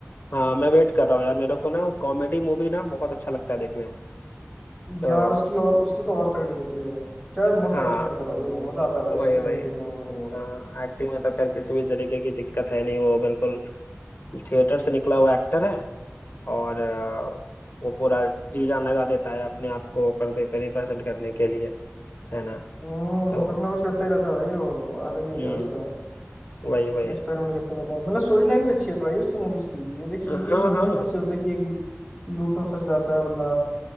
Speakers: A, on the left (about 55°); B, in the centre.
A: हाँ मैं वेट कर रहा हूँ यार मेरे को ना कॉमेडी मूवी ना बहुत अच्छा लगता है देखने में तो
B: यार उसकी और उसकी तो और तगड़ी होती है क्या मस्त
A: हाँ
B: एक्टिंग करता है भाई वो मजा आता है भाई उसकी
A: वही वही
B: मूवी देखने में मेरे को
A: हाँ एक्टिंग में तो खैर किसी भी तरीके की दिक्कत है नहीं वो बिल्कुल थिएटर से निकला हुआ एक्टर है और अ, वो पूरा जी जान लगा देता है अपने आप को पर्दे पे रिप्रेजेंट करने के लिए है ना
B: हम्म
A: तो
B: कुछ ना कुछ करते ही रहता है भाई वो अलग ही
A: हम्म
B: है उसका
A: वही वही
B: बस पैरों करता रहता है मतलब स्टोरी लाइन भी अच्छी है भाई इसकी मूवीज की ये देखिए
A: हाँ
B: ये इसमें
A: हाँ
B: भी कितना सही होता है कि एक लूप में फंस जाता है बंदा